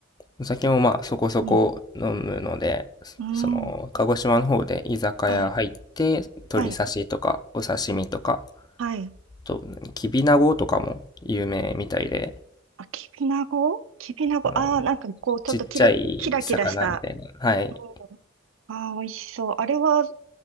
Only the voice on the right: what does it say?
うん。うん。
はい。
はい。
はい。
あ、きびなごきびなご。
ああ、なんかこう、ちょっとキラ、
キラキラした。
うん。ああ、美味しそう。あれは、